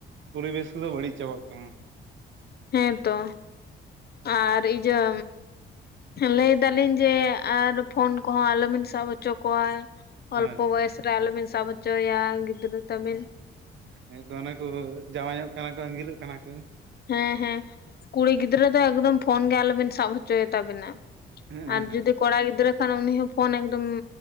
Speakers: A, on the right; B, on the left.
A: ᱯᱚᱨᱤᱵᱮᱥ ᱠᱚᱫᱚ ᱵᱟᱹᱲᱤᱡᱽ ᱪᱟᱵᱟᱜ ᱠᱟᱱᱟ
B: ᱦᱮᱸ ᱛᱚ ᱟᱨ ᱤᱭᱟᱹ ᱞᱟᱹᱭ ᱫᱟᱞᱤᱧ ᱡᱮ ᱟᱨ ᱯᱷᱳᱱ ᱠᱚᱦᱚᱸ ᱟᱞᱚᱵᱤᱱ ᱥᱟᱵ ᱦᱚᱪᱚ ᱠᱚᱣᱟ
A: ᱦᱳᱭ
B: ᱚᱞᱯᱚ ᱵᱚᱭᱮᱥ ᱨᱮ ᱟᱞᱚᱵᱤᱱ ᱥᱟᱵ ᱦᱚᱪᱚ ᱦᱚᱪᱚᱭᱟ ᱜᱤᱫᱽᱨᱟᱹ ᱛᱟᱵᱤᱱ
A: ᱦᱮ ᱠᱚ ᱚᱱᱟ ᱠᱚ ᱡᱟᱶᱟᱭᱧᱚᱜ ᱠᱟᱱᱟ ᱠᱚ ᱟᱸᱜᱤᱨᱚᱜ ᱠᱟᱸᱱᱟ ᱠᱚ
B: ᱦᱮᱸ ᱦᱮᱸ ᱠᱩᱲᱤ ᱜᱤᱫᱽᱨᱟᱹ ᱫᱚ ᱮᱠᱫᱚᱢ ᱯᱷᱳᱱ ᱜᱮ ᱟᱞᱚᱵᱤᱱ ᱥᱟᱵ ᱦᱚᱪᱚᱭᱮ ᱛᱟᱵᱤᱱᱟ᱾
A: ᱦᱮᱸ
B: ᱟᱨ
A: ᱦᱮᱸ
B: ᱡᱩᱫᱤ ᱠᱚᱲᱟ ᱜᱤᱫᱽᱨᱟᱹ ᱠᱷᱟᱱ ᱩᱱᱤ ᱦᱚᱸ ᱯᱷᱳᱱ ᱮᱠᱫᱚᱢ